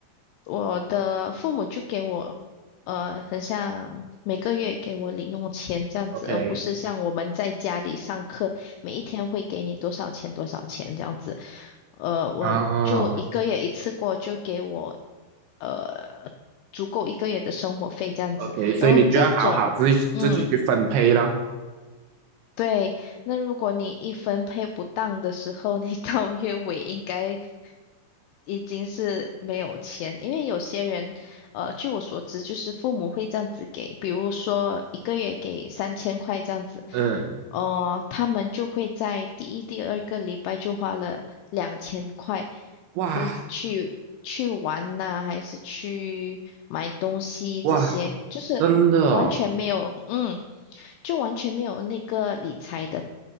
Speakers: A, on the left; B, on the right.
A: 我的父母就给我。呃，很像每个月给我零用钱这样子，
B: ，OK，
A: 而不是像我们在家里上课，每一天会给你多少钱多少钱这样子。呃，我就一个月一次过就给我
B: 哦
A: 呃足够一个月的生活费这样子，
B: ，OK，所以你就要好好自己自己去分配咯。
A: 然后这种。嗯，对，那如果你一分配不当的时候，<laughs> 你到月尾应该已经是没有钱，因为有些人，呃，据我所知，就是父母会这样子给，比如说一个月给三千块这样子，
B: 嗯，
A: 哦、他们就会在第一、第二个礼拜就花了两千块，
B: 哇
A: 这样子去去玩呐、还是去买东西这些，
B: 哇，
A: 就是完全没有，
B: 真的哦。
A: 嗯。就完全没有那个理财的